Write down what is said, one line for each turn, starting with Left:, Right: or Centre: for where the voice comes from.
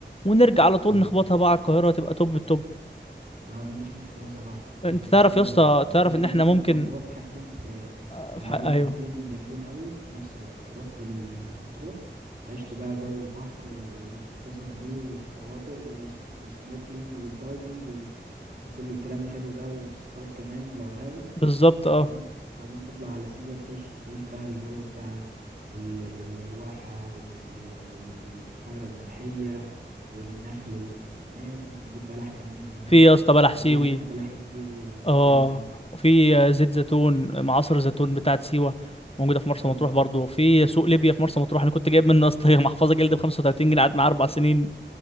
Left: ونرجع على طول
Right: اه
Left: نخبطها بقى على القاهرة تبقى توب التوب
Right: أنا ما عنديش مشكلة صراحة يعني
Left: انت تعرف
Right: سيوة
Left: يا اسطى
Right: الفكرة
Left: تعرف ان احنا
Right: إن أنت
Left: ممكن
Right: تبقى خبطت حاجتين في
Left: آه،
Right: يعني
Left: في حق
Right: عملت
Left: ايوه
Right: حاجتين جامدين قوي في نفس الوقت رحت المطروح عشت بقى جو البحر والقصص دي والشواطئ والسنوركلينج والدايفنج وال... وكل الكلام الحلو ده وتصطاد كمان لو عاوز
Left: بالظبط اه
Right: وبعدين وبعدين تطلع على سيوة تعيش تعيش بقى الجو بتاع ال... ال... الواحة وال... والبحيرة الملحية والنخل اللي هناك ممكن نجيب بلح كمان من هناك
Left: في يا اسطى بلح
Right: البلح
Left: سيوي
Right: البلح السيوي
Left: اه
Right: جامد أوي
Left: وفي آه، زيت زيتون معصر زيتون بتاعت سيوة موجودة في مرسى
Right: اه
Left: مطروح برضو في سوق ليبيا في مرسى مطروح انا كنت جايب منه يا اسطى <laughs> محفظة جلد ب 35 جنيه قعدت معايا اربع سنين